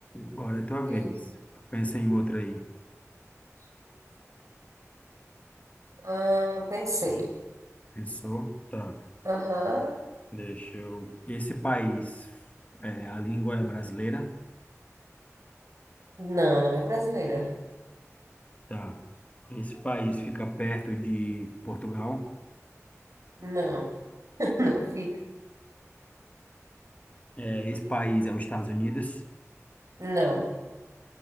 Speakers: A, on the left; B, on the right.
A: Agora é a tua
B: É,
A: vez. Pensa em outra aí.
B: deixa eu pensar. Ah, pensei.
A: Pensou? Tá.
B: Aham.
A: Deixa eu. Esse país, é, a língua é brasileira?
B: Não, não é brasileira.
A: Tá. Esse país fica perto de Portugal?
B: Não, <laughs> não fica.
A: É, esse país é os Estados Unidos?
B: Não.